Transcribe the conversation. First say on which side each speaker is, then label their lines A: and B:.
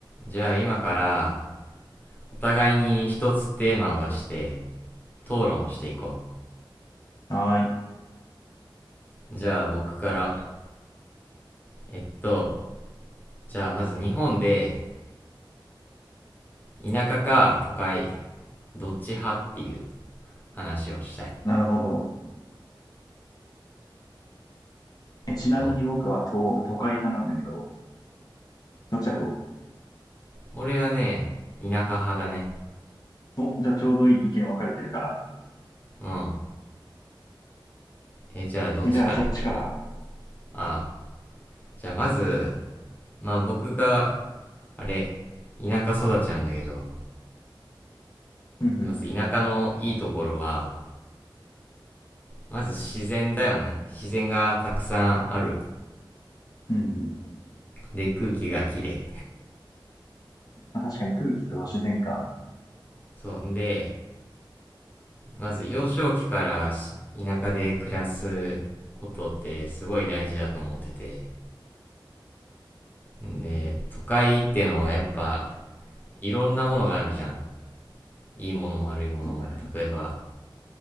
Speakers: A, on the left (about 20°); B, on the left (about 50°).
A: じゃあ今からお互いに一つテーマを出して討論していこ
B: はーい。
A: う。じゃあ僕から。えっと、じゃあまず日本で田舎か都会どっち派っていう話をしたい。
B: なるほど。え、ちなみに僕は都、
A: そう。
B: 都会派なんだけど、そっちはど
A: 俺はね、田舎派だね。
B: うお、じゃあちょうどいい意見分かれてるから。
A: うん。え、じゃあどっちから言ってこう。
B: え、じゃあそっちから。
A: ああ。じゃあまず、まあ僕が、あれ、田舎育ちなんだけど、
B: うんうん。
A: まず田舎のいいところは、まず自然だよね。自然がたくさんある。
B: うんうん。
A: で、空気がきれい。
B: まあ確かに空気と自然か。
A: そう。んで、まず幼少期からし田舎で暮らすことってすごい大事だと思ってて。で、都会ってのはやっぱいろんなものがあるじゃん。いいものも悪いものも。
B: そうだね。
A: 例えば、